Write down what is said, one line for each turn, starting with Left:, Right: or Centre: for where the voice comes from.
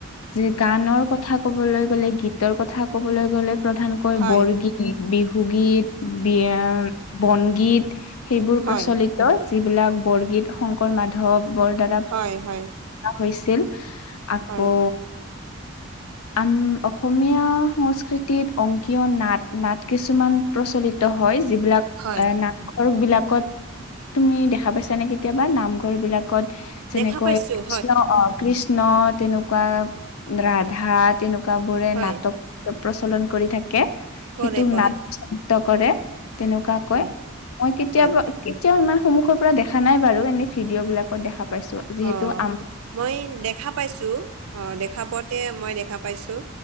Left: যি গানৰ কথা ক'বলৈ গ'লে গীতৰ কথা ক'বলৈ গ'লে প্ৰধান কৈ
Right: হয়
Left: বৰগীত, বিহুগীত, বিয়া বনগীত সেইবোৰ
Right: হয়
Left: প্ৰচলিত যিবিলাক বৰগীত শংকৰ মাধৱ বৰদাদা
Right: হয় হয়।
Left: হৈছিল আকৌ
Right: হয়।
Left: আম অসমীয়া সংস্কৃতিত অংকীয় নাট নাট কিছুমান প্ৰচলিত হয় যিবিলাক
Right: হয়
Left: আহ নামঘৰ বিলাকত তুমি দেখা পাইছানে কেতিয়াবা নামঘৰ বিলাকত যেনেকৈ
Right: দেখা পাইছোঁ।
Left: কৃষ্ণ আহ কৃষ্ণ তেনেকুৱা ৰাধা তেনেকুৱা বোৰে
Right: হয়
Left: নাটক প্ৰচলন কৰি থাকে
Right: কৰে
Left: সেইটোক
Right: কৰে
Left: নাট প্ৰচলিত কৰে। তেনেকুৱা কৈ
Right: হয়
Left: মই কেতিয়াবা
Right: হয়
Left: এতিয়াও ইমান সন্মুখৰ পৰা দেখা নাই বাৰু এনে ভিডিঅ' বিলাকত দেখা পাইছো যিহেতু
Right: অ
Left: আম
Right: মই দেখা পাইছোঁ অ' দেখা পাওতে মই দেখা পাইছোঁ।